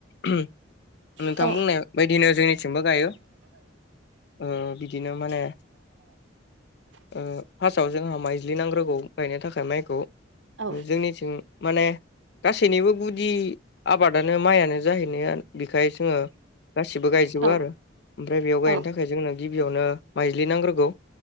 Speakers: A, on the left (about 55°); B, on the right (about 70°).
A: नोंथां
B: औ
A: बुंनाय बायदिनो जोंनिथिंबो गायो ओ बिदिनो माने ओ फार्स्टआव जोंहा माइज्लिनांग्रोगौ गायनो थाखाय माइखौ
B: औ
A: जोंनिथिं माने गासैनिबो गुदि आबादानो माइयानो जाहैनाया बिखाय जोङो गासिबो गायजोबो
B: औ
A: आरो ओमफ्राय बेयाव गायनो
B: औ
A: थाखाय जोंनो गिबियावनो माइज्लि नांग्रोगौ